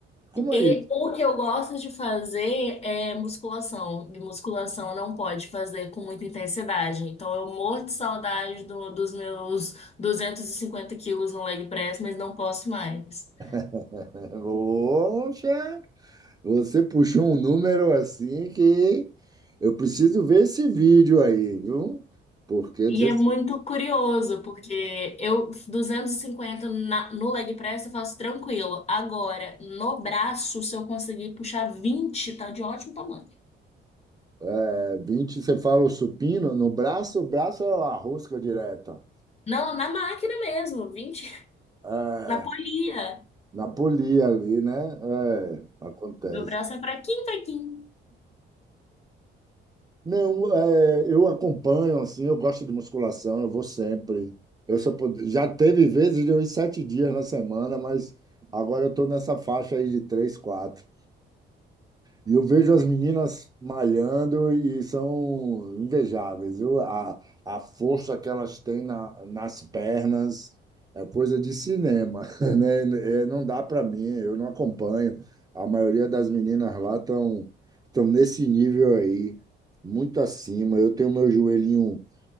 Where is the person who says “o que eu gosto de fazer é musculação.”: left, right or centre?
Left